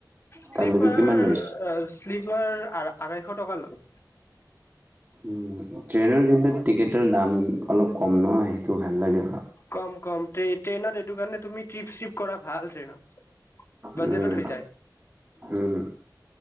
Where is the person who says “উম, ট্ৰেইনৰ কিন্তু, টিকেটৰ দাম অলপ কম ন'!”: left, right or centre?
Right